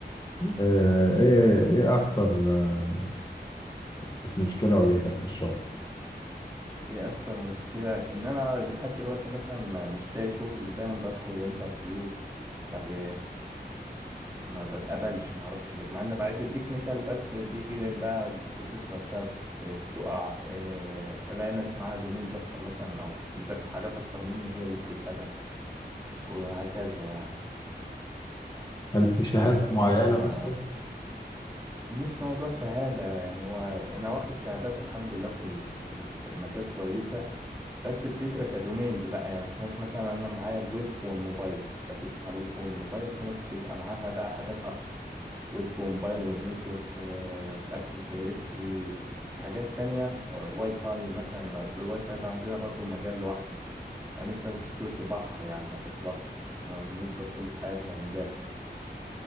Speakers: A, on the left; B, on the right.
A: آه، ايه ايه اكتر آه، كانت مشكله واجهتك في الشغل
B: <laughs> ايه اكتر مشكله ان انا لحد دلوقتي مثلا ما مش لاقي شغل دايما بدخل الانترفيو ما بي ما بتقبلش ما اعرفش ليه مع ان بعد تكنيكال بس بيجي بقى البروسيس نفسها بت- بتقع إيه، بلاقي ناس معاها دومينز اكتر مثلا او مذاكر حاجات اكتر مني هي اللي بتتقبل وهكذا يعني
A: هل في شهاده
B: يعني لكن
A: معينه
B: لسه ما
A: مثلا
B: مش موضوع شهادة يعني هو أنا واخد شهادات الحمد لله في ال- في ال- في المجال كويسة بس الفكرة كدومينز بقى يعني في ناس مثلا أنا معايا الويب والموبايل بتست على الويب والموبايل في ناس بيبقى معاها بقى حاجات أكتر ويب وموبايل والنتورك أكتيف دايركتري حاجات تانية واي فاي مثلا أصل الواي فاي ده عندنا برضو مجال لوحده لأن السايبر سكيورتي بحر يعني ما بيخلصش نفضل طول حياتنا نذاكر يعني